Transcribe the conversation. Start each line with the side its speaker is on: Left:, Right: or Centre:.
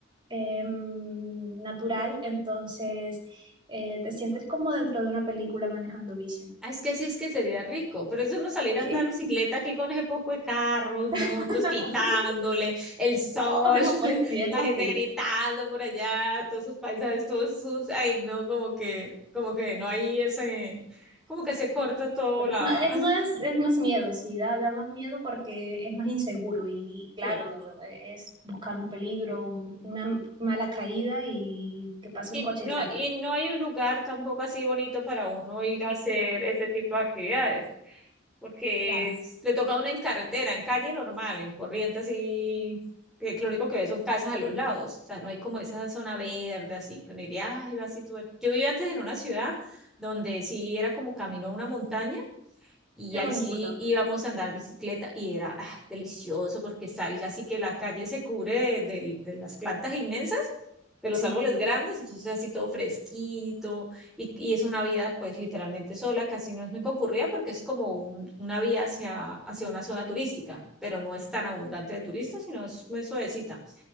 Right: em, natural, entonces eh, te sientes como dentro de una película manejando bici.
Centre: Ay, es que sí, es que sería rico, pero eso no salir
Right: Sí.
Centre: a andar bicicleta aquí con ese poco de carros, motos,
Right: <laughs>
Centre: pitándole, el sol,
Right: Bueno,
Centre: <laughs>
Right: pues Sí, sí. eso
Centre: la gente
Right: sí.
Centre: gritando por allá, todos sus paisajes, todos sus, ay no, como que, como que no hay ese, como que se corta todo la,
Right: Ma- Es
Centre: <laughs>
Right: más, es más miedo, sí, da, da más miedo porque es más inseguro y, y claro,
Centre: sí.
Right: es buscar un peligro, un- una mala caída y que pase
Centre: Y
Right: un coche,
Centre: no,
Right: claro.
Centre: y no hay un lugar tampoco así bonito para uno ir a hacer ese tipo de actividades. porque
Right: Claro.
Centre: es- le toca a uno en carretera, en calle normal, en corriente así, que lo único que ve son casas a los lados, o sea, no hay como esa zona verde así, que uno diría, ay, va así todo". Yo vivía antes en una ciudad donde sí era como camino a una montaña, y
Right: Qué
Centre: ahí
Right: bonito.
Centre: sí íbamos a andar bicicleta y era ah, delicioso porque salga así que la calle se cubre de, de- de las plantas inmensas, de los
Right: Sí.
Centre: árboles grandes, entonces así todo fresquito y, y es una vía pues literalmente sola, casi no es muy concurrida porque es como un- una vía hacia, hacia una zona turística, pero no es tan abundante de turistas, sino es muy suavecita.